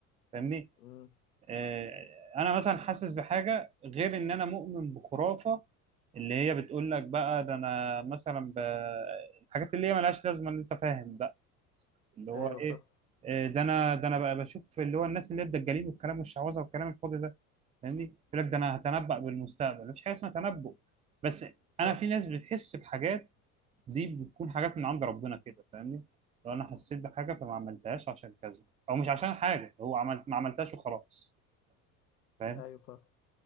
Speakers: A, on the right (about 15°); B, on the left (about 85°).
A: فاهمني
B: مم.
A: آه، انا مثلا حاسس بحاجه غير ان انا مؤمن بخرافه اللي هي بتقول لك بقى ده انا مثلا ب... الحاجات اللي هي مالهاش لازمه ان انت فاهم اللي هو
B: ايوه
A: ايه
B: فاهم
A: إيه ده انا ده انا بقى بشوف اللي هو الناس اللي هي الدجالين والكلام والشعوذه والكلام الفاضي ده فاهمني يقول لك ده انا هتنبأ بالمستقبل مفيش حاجه اسمها تنبؤ بس
B: صح
A: انا في ناس بتحس بحاجات دي بتكون حاجات من عند ربنا كده فاهمني لو انا حسيت بحاجه فما عملتهاش عشان كذا او مش عشان حاجه هو عملت ما عملتهاش وخلاص فاهم
B: ايوه فاهم